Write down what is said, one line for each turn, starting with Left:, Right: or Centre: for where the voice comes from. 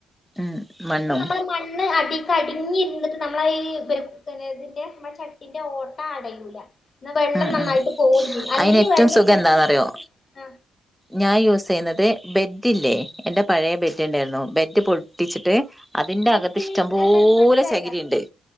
Centre: ഉം മണ്ണും
Left: ഇത് നമ്മടെ മണ്ണ് അടി കടിഞ്ഞിരുന്നിട്ട് നമ്മള ഈ പിന്നെ ഇതിന്റെ മൺ ചട്ടിന്റെ ഓട്ട അടയൂല എന്ന വെള്ളം
Centre: ഉം
Left: നന്നായിട്ട്
Centre: ഉം
Left: പോവുകയും ചെയ്യും അല്ലെങ്കിൽ
Centre: അയിന് ഏറ്റവും
Left: വെള്ളം
Centre: സുഖം
Left: കെട്ടി
Centre: എന്താന്നറിയോ
Left: നിന്നിട്ട് ആ
Centre: ഞാൻ യൂസ് ചെയ്യുന്നത് ബെഡില്ലേ എന്റെ പഴയ ബെഡ് ഉണ്ടായിരുന്നു ബെഡ് പൊട്ടിച്ചിട്ട് അതിന്റെ
Left: ബെറ്റ്
Centre: അകത്ത് ഇഷ്ടംപോലെ
Left: മീൻസ് എന്താന്ന് എനിക്ക് മനസ്സിലായില്ല
Centre: ചകിരി ഉണ്ട് മ്മ്